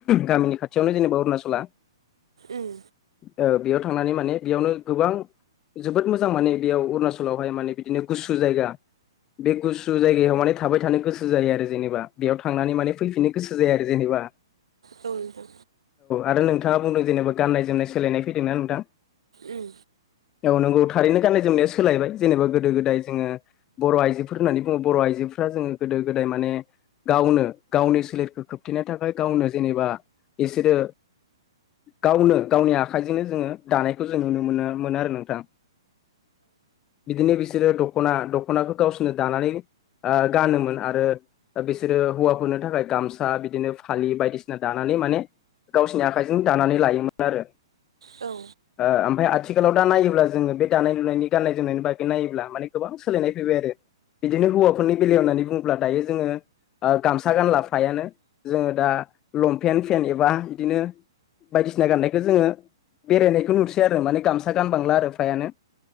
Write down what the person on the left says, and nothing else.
गामिनि खाथियावनो जेनेबा अरुणाचला
ओ बेयाव थांनानै माने बेयावनो गोबां जोबोद मोजां माने बेयाव अरुणाचलावहाय माने बिदिनो गुसु जायगा बे गुसु जायगायाव माने थाबाय थानो गोसो जायो आरो जेनेबा बेयाव थांनानै माने फैफिननो गोसो जायो आरो जेनेबा बा
आरो नोंथाङा बुंदों जेनेबा गाननाय जोमनाय सोलायनाय फैदोंना नोंथां।
औ नंगौ थारैनो गाननाय जोमनाया सोलायबाय जेनेबा गोदो गोदाय जोङो बर' आइजोफोर होननानै बुङो बर' आइजोफोरा दा जोङो गोदो गोदाय माने गावनो गावनि सोलेरखौ खोबथेनो थाखाय गावनो जेनेबा बिसोरो गावनो गावनि आखाइजोंनो जोङो दानाय खौ जों नुनो मोनो मोना आरो नोंथां बिदिनो बिसोर बिसोरो दख'ना दख'नाखौ गावसोरनो दानानै आ गानोमोन आरो बिसोरो हौवाफोरनो थाखाय गामसा बिदिनो फालि बायदिसिना दानानै माने गावसोरनि आखाइजों दानानै लोयोमोन आरो
आ‌ ओमफ्राय आथिखालाव दा नायोब्ला जोङो बे दानाय लुनायनि गान्नाय जोमनायनि बागै नायोब्ला माने गोबां सोलायनाय फैबाय आरो। बिदिनो हौवाफोरनि बेलायाव होननानै बुङोब्ला दायो जोङो। आ गामसा गानलाफायानो जोङो दा लंपेन्ट फेन्ट एबा बिदिनो बायदिसिना गाननायखौ जोङो बेरायनायखौ नुसै आरो माने गामसा गानबांला आरो फ्रायानो